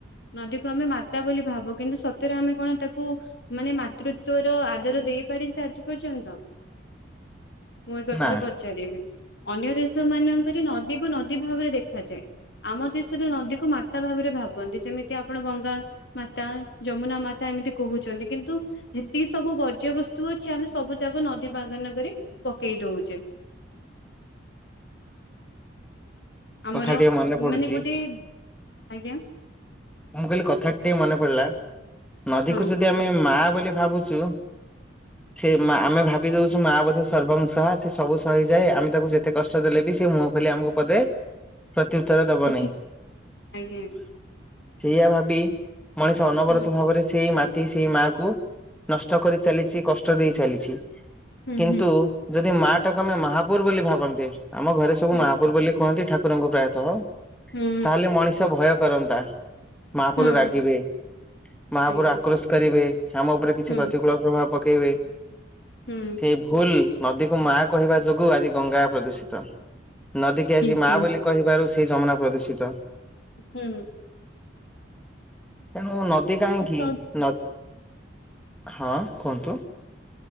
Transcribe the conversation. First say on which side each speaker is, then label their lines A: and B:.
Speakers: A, on the left; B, in the centre.
A: ନଦୀକୁ ଆମେ ମାତା ବୋଲି ଭାବୁ, କିନ୍ତୁ ସତରେ ଆମେ କଣ ତାକୁ ମାନେ ମାତୃତ୍ୱର ଆଦର ଦେଇପାରି <unintelligible> ସେ ଆଜି ପର୍ଯ୍ୟନ୍ତ? ମୁଁ ଏଇ କଥା
B: ନା
A: ଟା ପଚାରିବି? ଅନ୍ୟ ଦେଶ ମାନଙ୍କରେ ନ ନଦୀକୁ ନଦୀ ଭାବରେ ଦେଖାଯାଏ। ଆମ ଦେଶରେ ନଦୀ କୁ ମାତା ଭାବରେ ଭାବନ୍ତି। ସେମିତି ଆପଣ ଗଙ୍ଗା ମାତା, ଯମୁନା ମାତା ଏମିତି କହୁଛନ୍ତି। କିନ୍ତୁ ଯେତିକି ସବୁ ବର୍ଜ୍ୟବସ୍ତୁ ଅଛି, ଆମେ ସବୁ ଯାଗ ନଦୀ ବାଗାନ <unintelligible> କରିରେ ପକେଇ ଦଉଛେ। ଆମର
B: କଥା ଟିକେ ମନେ ପଡୁଛି
A: ମାନେ ଗୋଟେ, ଆଜ୍ଞା?
B: ମୁଁ କହିଲି କଥା ଟିକେ ମନେ ପଡିଲା। ନଦୀକୁ
A: ହଁ
B: ଯଦି ଆମେ ମାଆ ବୋଲି ଭାବୁଛୁ? ସେ ମା ଆମେ ଭାବିଦଉଛୁ ମା ବୋଧେ ସର୍ବଂ ସହା ସେ ସବୁ ସହିଯାଏ, ଆମେ ତାକୁ ଯେତେ କଷ୍ଟ ଦେଲେ ବି ସେ ମୁହଁ ଖୋଲି ଆମକୁ ପଦେ ପ୍ରତ୍ୟୁତ୍ତର ଦବ
A: କିଛି
B: ନି।
A: ଆଜ୍ଞା
B: ସେଇଆ ଭାବି ମଣିଷ ଅନବରତ
A: ହୁଁ
B: ଭାବରେ ସେଇ ମା ଟି, ସେଇ ମାଆ କୁ ନଷ୍ଟ କରି ଚାଲିଛି, କଷ୍ଟ ଦେଇ ଚାଲିଛି।
A: ହୁଁ
B: କିନ୍ତୁ
A: ହୁଁ
B: ଯଦି ମା ହେଟାକୁ ଆମେ ମହାପୁର ବୋଲି ଭାବନ୍ତି। ଆମ ଘରେ ସବୁ
A: ହୁଁ
B: ମହାପୁର ବୋଲି କହନ୍ତି ଠାକୁର କୁରଙ୍କୁ ପ୍ରାୟତଃ
A: ହୁଁ
B: ତାହେଲେ ମଣିଷ ଭୟ। କରନ୍ତା। ମାହାପୁର
A: ହୁଁ
B: ରାଗିବେ,
A: ହୁଁ
B: ମାହାପୁର
A: ଆଜ୍ଞା।
B: ଆକ୍ରୋଶ କରିବେ, ଆମ ଉପରେ କିଛି
A: ହୁଁ
B: ପ୍ରତିକୂଳ ପ୍ରଭାବ ପକ୍ ପକେଇବେ।
A: ହୁଁ
B: ସେ ଭୁଲ ନଦୀ କୁ ମା କହିବା ଯୋଗୁ ଆଜି ଗଙ୍ଗା ପ୍ରଦୂଷି ସିତ ନଦୀ କିି
A: ଠିକ
B: ଆଜି ମା ବୋଲି କହିବାରୁ ସେଇ ଯମୁନା ପ୍ରଦୂଷିତ।
A: ହୁଁ।
B: ତେଣୁ ନଦ ନଦୀ କାହିଁକି
A: ଏ ପ୍ର
B: ନ ହଁ। କୁହନ୍ତୁ।